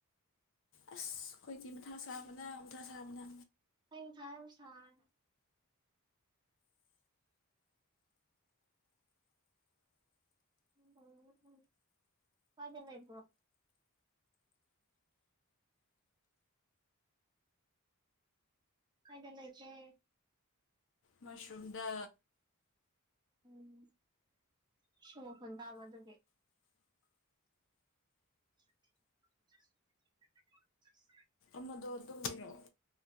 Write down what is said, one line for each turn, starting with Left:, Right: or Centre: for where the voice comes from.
Left: ꯑꯁ ꯈꯣꯏꯗꯤ ꯃꯊꯥ ꯁꯥꯕꯅ ꯃꯊꯥ ꯁꯥꯕꯅ
Right: ꯑꯩ ꯃꯊꯥ ꯌꯥꯝ ꯁꯥꯢ <unintelligible> ꯀꯥꯏꯗ ꯂꯩꯕ꯭ꯔꯣ ꯀꯥꯏꯗ ꯂꯩꯒꯦ
Left: ꯃꯁꯔꯨꯝꯗ
Right: ꯎꯝ ꯢꯁꯤꯡ ꯃꯈꯣꯟ ꯇꯥꯕ ꯑꯗꯨꯗꯤ <unintelligible>
Left: ꯑꯃꯗꯣ ꯇꯨꯝꯃꯤꯔꯣ?